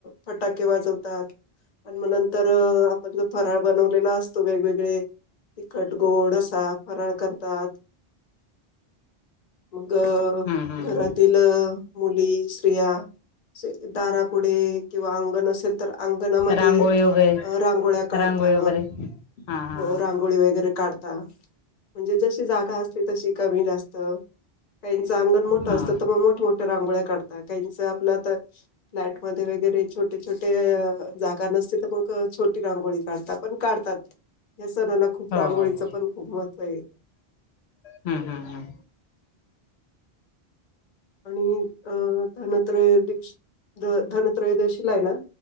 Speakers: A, on the left (about 45°); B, on the left (about 80°).
A: फटाके वाजवतात. आणि मग नंतर आपण जो फराळ बनवलेला असतो वेगवेगळे तिखट गोड असा फराळ करतात. मग
B: हम्म हम्म हम्म.
A: घरातील मुली स्त्रिया दारापुढे किंवा अंगण असेल तर अंगणामध्ये
B: रांगोळी वगैरे
A: अ रांगोळ्या काढत
B: रांगोळी
A: अ
B: वगैरे हा हा
A: हो रांगोळी वगैरे काढता म्हणजे जशी जागा असते तशी कमी जास्त काहीचं अंगण मोठं
B: हा हा.
A: असतं तर मग मोठ्या मोठ्या रांगोळ्या काढतात, काहीचं आपलं आता फ्लॅट मध्ये वगैरे छोटे छोटे जागा नसतील तर मग छोटी रांगोळी काढतात, पण काढतात. ह सणाला खूप
B: हो
A: रांगोळीचं
B: हो हो
A: पण खूप महत्त्व आहे.
B: हम्म हम्म हम्म
A: आणि अ धनत्रय दक्ष धनत्रयदशील आहे ना.